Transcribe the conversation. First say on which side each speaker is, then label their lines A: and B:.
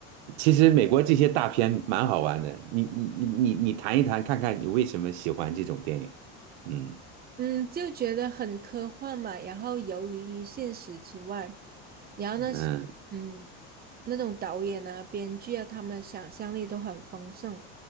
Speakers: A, on the right; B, on the right.
A: 其实美国这些大片蛮好玩的，你你你你谈一谈，看看你为什么喜欢这种电影，嗯
B: 嗯，就觉得很科幻嘛，然后游离于现实之外，然后那些嗯，
A: 嗯，
B: 那种导演啊、编剧啊，他们的想象力都很丰盛。